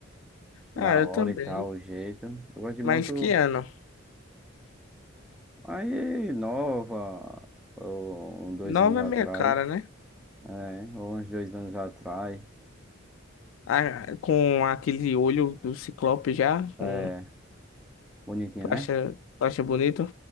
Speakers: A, in the centre; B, on the left.
A: da
B: Ah, eu
A: hora
B: também.
A: e tal, o jeito. Eu gosto de
B: Mas
A: moto
B: que ano?
A: aí nova, ou um, dois
B: Nova
A: anos atrás,
B: é minha cara, né?
A: é, ou uns dois anos atrás.
B: Ah, com aquele olho do Ciclope já, com,
A: É, bonitinha,
B: tu
A: né?
B: acha, tu acha bonito?